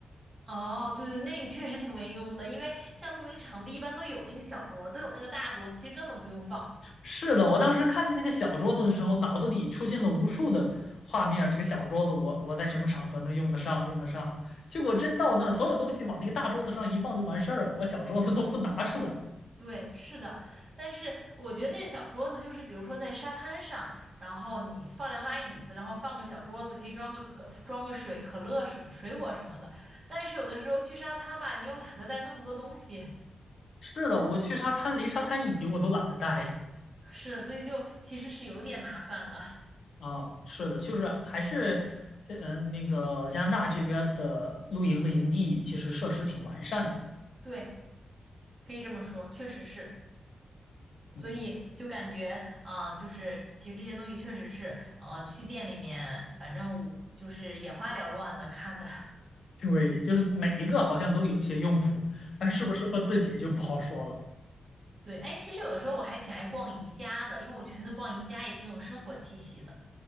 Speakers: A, on the right; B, on the left.
A: 哦，对对，那个确实挺没用的，因为像露营场地一般都有那个小桌，都有那个大桌子，其实根本不用放。
B: 是的，我当时看见那个小桌子的时候，脑子里出现了无数的画面儿这个小桌子我，我在什么场合能用得上？用得上？结果真到那儿，所有东西往那个大桌子上一放就完事儿了，我小桌子都不拿出来。
A: 对，是的，但是我觉得那个小桌子，就是比如说在沙滩上，然后你放两把椅子，然后放个小桌子，可以装个可装个水、可乐什水果什么的。但是有的时候去沙滩吧，你又懒得带那么多东西，
B: 是的，我去沙滩，连沙滩椅我都懒得带
A: <laughs> 是，所以就其实是有点麻烦的。
B: <laughs> 啊。是的，就是还是嗯、呃那个加拿大这边儿的露营的营地，其实设施挺完善的。
A: 对，可以这么说，确实是。所以就感觉，
B: 嗯，
A: 啊，就是其实这些东西确实是，呃，去店里面，反正我就是眼花缭乱的看着，
B: 对，就是每一个好像都有些用途，但适不适合自己就不好说了。
A: <laughs> 嗯，对，哎，其实有的时候我还挺爱逛宜家的，因为我觉得逛宜家也挺有生活气息的。